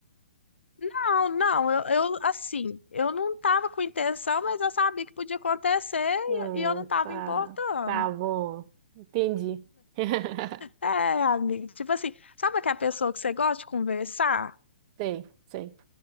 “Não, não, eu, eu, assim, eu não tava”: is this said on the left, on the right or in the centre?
Left